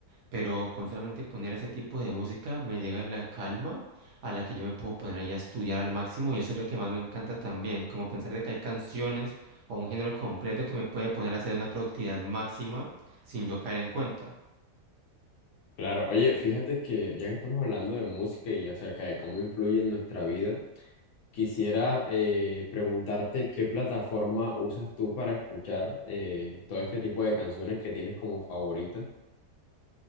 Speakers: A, on the right; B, on the left.
A: pero con solamente poner ese tipo de música me llega la calma a la que yo me puedo poner ahí a estudiar al máximo y eso es lo que más me encanta también, como pensar de que hay canciones o un género completo que me puede poner a hacer una productividad máxima sin yo caer en cuenta.
B: Claro, oye, fíjate que ya que estamos hablando de música y acerca de cómo influye en nuestra vida, quisiera eh, preguntarte qué plataforma usas tú para escuchar eh, todo este tipo de canciones que tienes como favoritas.